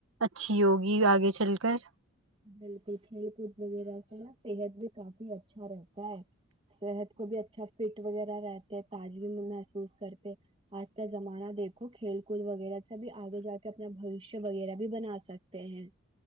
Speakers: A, on the right (about 75°); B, on the right (about 25°).
A: اچھی ہوگی آگے چل کر
B: بلکل کھیل کود وغیرہ س نا صحت بھی کافی اچھا رہتا ہے صحت کو بھی اچھا فٹ وغیرہ رہتے تازگی میں محسوس کرتے آج کا زمانہ دیکھو کھیل بلکل وغیرہ سبھی آگے جا کے اپنا بھشیہ وغیرہ بھی بنا سکتے ہیں